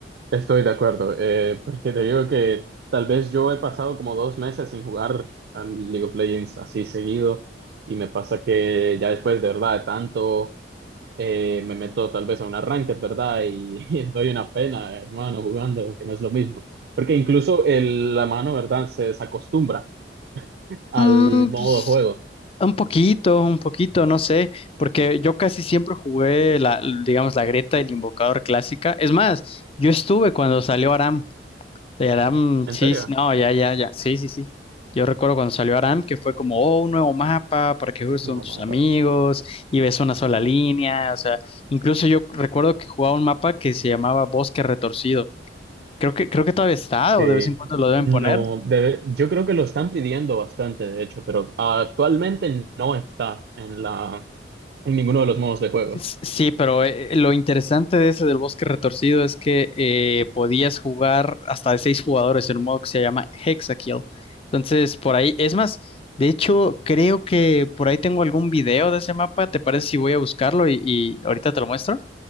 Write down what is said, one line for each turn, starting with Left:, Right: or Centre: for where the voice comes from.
Right: estoy de acuerdo, eh, porque te digo que tal vez yo he pasado como dos meses sin jugar al League of Legends así seguido y me pasa que ya después de verdad de tanto eh, me meto tal vez a una ranked, ¿verdad? Y, <laughs> doy una pena, hermano, jugando, que no es lo mismo, porque incluso el, la mano, ¿verdad? Se desacostumbra al
Left: Mm,
Right: modo
Left: pues,
Right: de juego.
Left: un poquito, un poquito, no sé, porque yo casi siempre jugué la, digamos, la Greta y el Invocador clásica. Es más, yo estuve cuando salió Aram. Sí, Aram,
Right: ¿En
Left: sí,
Right: serio?
Left: sí, no, ya, ya, ya, sí, sí, sí. Yo recuerdo cuando salió Aram que fue como, oh, un nuevo mapa para que juegues
Right: No,
Left: con tus
Right: mano,
Left: amigos y ves una sola línea, o sea, incluso yo recuerdo que jugaba un mapa que se llamaba Bosque Retorcido. Creo que, creo que todavía está
Right: Sí,
Left: o de vez en cuando lo deben
Right: no,
Left: poner,
Right: debe- yo creo que lo están pidiendo bastante, de hecho, pero actualmente no está en la, en ninguno de los modos de juego.
Left: S- Sí, pero eh, eh, lo interesante de ese del bosque retorcido es que eh, podías jugar hasta de seis jugadores en un modo que se llama Hexakill. Entonces, por ahí, es más, de hecho, creo que por ahí tengo algún video de ese mapa. ¿Te parece si voy a buscarlo y, y ahorita te lo muestro?